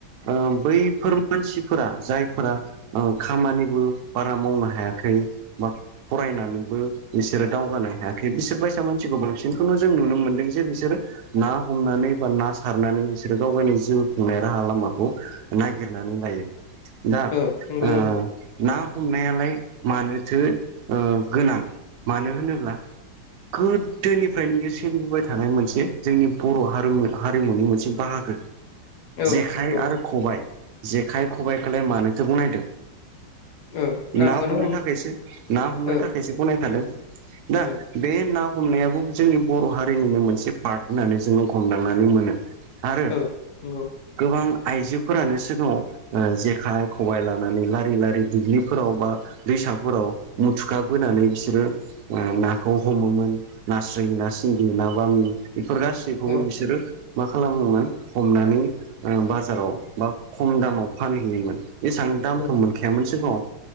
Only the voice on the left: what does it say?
ओ नंगौ
नंगौ
औ
नंगौ
ओ नाखौनो
ओ
ओ
औ नंगौ
ओ
औ